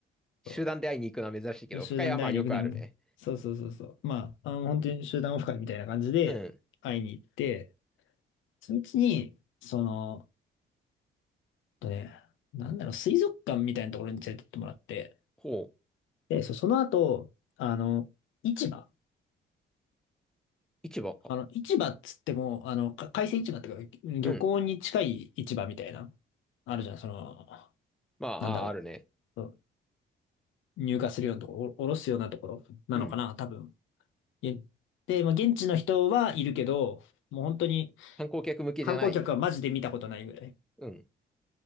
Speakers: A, on the left; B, in the centre.
A: そう。
B: 集団で会いに行くのは珍しいけど、
A: そう集団で会いに行くために。
B: 深谷はまあよくあるね。
A: そうそうそうそう。まあ、あの、本当に集団オフ会みたいな感じで会いに行って、
B: うん。
A: そのうちに、その、えっとね、なんだろう、水族館みたいなところに連れてってもらって、
B: ほう。
A: で、そ、その後、あの、市場。
B: 市場か。
A: あの、市場っつっても、あの、か海鮮市場っていうか、
B: うん。
A: 漁港に近い市場みたいな、あるじゃん、その、
B: まあ、
A: なんだろ
B: あ、あるね。
A: う。そう入荷するようなところ、お、おろすようなところなのかな、
B: うん。
A: 多分。えで、まあ、現地の人はいるけど、もう本当に
B: 観光客向けじゃない。
A: 観光客はマジで見たことないぐらい。
B: うん。